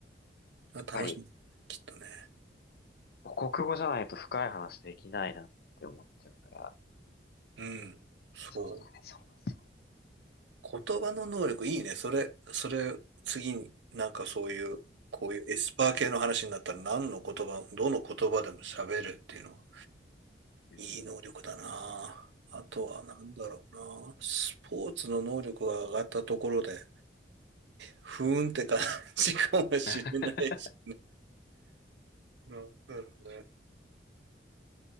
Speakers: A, on the right; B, on the left.
A: あ楽しい、
B: っぱり、
A: きっとね。
B: 母国語じゃないと深い話できないなって思っちゃうから。
A: うん。そう。
B: そうだね、そうそ
A: 言葉の能力いいね。それ、それ、次になんかそういう、こういうエスパー系の話になったら何の言葉、どの言葉でも喋るっていうのは、
B: う。
A: いい能力だな。
B: うん。
A: あとは何だろうな。スポーツの能力が上がったところで、ふーんって感じかもしれないし。
B: <laughs>
A: なんだろうね。